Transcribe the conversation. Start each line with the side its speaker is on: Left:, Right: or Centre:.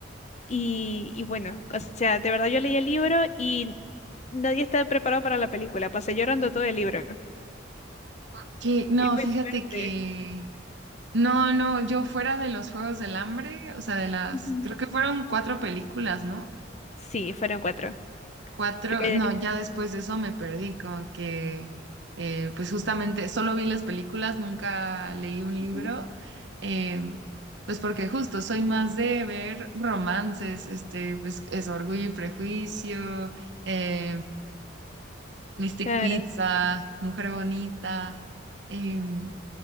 Left: Y, y bueno, o sea, de verdad yo leí el libro y nadie estaba preparado para la película. Pasé llorando todo el libro.
Right: Ok, no,
Left: Es muy
Right: fíjate
Left: fuerte.
Right: que No, no, yo fuera de los Juegos del Hambre, o sea, de las,
Left: Ujú.
Right: creo que fueron cuatro películas, ¿no?
Left: Sí, fueron cuatro.
Right: Cuatro,
Left: Porque,
Right: no, ya después de eso me perdí, como que, eh, pues justamente, solo vi las películas, nunca leí un libro,
Left: Ujú.
Right: eh, pues porque justo soy más de ver romances, este, pues es Orgullo y Prejuicio, eh, Mystic
Left: claro,
Right: Pizza, Mujer Bonita, em,